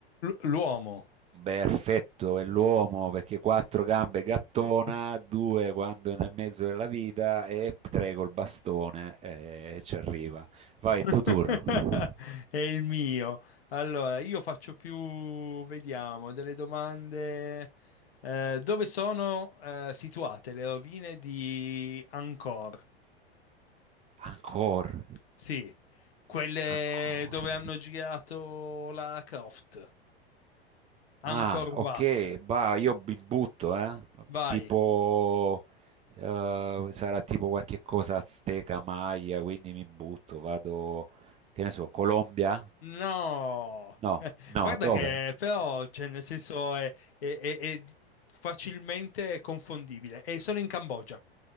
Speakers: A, on the left; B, on the right.
A: L'uomo.
B: Perfetto, è l'uomo perché 4 gambe gattona,
A: <laughs>
B: 2 quando è nel mezzo della vita e 3 col bastone e eh, ci arriva. Vai,
A: <laughs>
B: è tuo turno.
A: È il mio. Allora, io faccio più, vediamo, delle domande. Eh, dove sono eh, situate le rovine di Angkor?
B: Ancora.
A: Sì, quelle
B: Ancora.
A: dove hanno girato la Croft.
B: Ah,
A: Angkor Wat.
B: ok, bah, io mi butto, eh?
A: Vai.
B: Tipo, eh, sarà tipo qualche cosa azteca, maya, quindi mi butto, vado, che ne so, Colombia?
A: No,
B: No,
A: <laughs>
B: no,
A: guarda
B: dove?
A: che però, cioè, nel senso è, è- è- è facilmente confondibile. E sono in Cambogia.